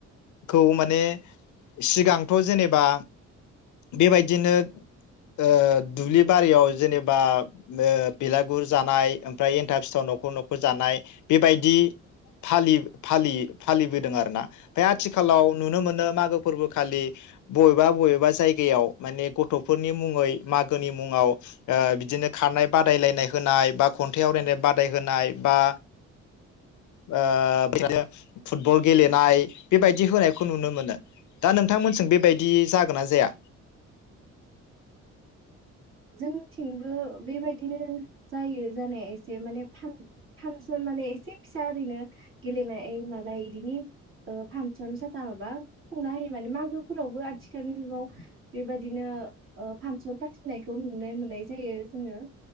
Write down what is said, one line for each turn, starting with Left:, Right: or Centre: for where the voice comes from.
Left: खौ माने सिगांथ' जेनेबा बेबायदिनो ओ दुब्लि बारियाव जेनेबा ओ बेलागुर जानाय ओमफ्राय एन्थाब सिथाव न'खर न'खर जानाय। बेबायदि फालि फालि फालिबोदों आरोना। बे आथिखालाव नुनो मोनो मागो फोर्बोखालि बबेबा बबेबा जायगायाव माने गथ'फोरनि मुङै मागोनि मुङाव ओ बिदिनो खारनाय बादायलायनाय होनाय बा खन्थाइ आवरायनाय बादायहोनाय बा ओ <unintelligible> फुटबल गेलेनाय बेबायदि होनायखौ नुनो मोनो। दा नोंथांमोनजों बेबायदि जागोन ना जाया?
Right: जोंथिंबो बेबायदिनो जायो जानाया एसे माने फां-फान्सन माने एसे फिसा ओरैनो गेलेनाय मानाय इदिनि ओ फान्सन साथा माबा खुंना होयो माने मागोफोरावबो आथिखालनि जुगाव बेबायदिनो ओ फान्सन फाथि नायखौ नुनाय मोननाय जायो जोङो।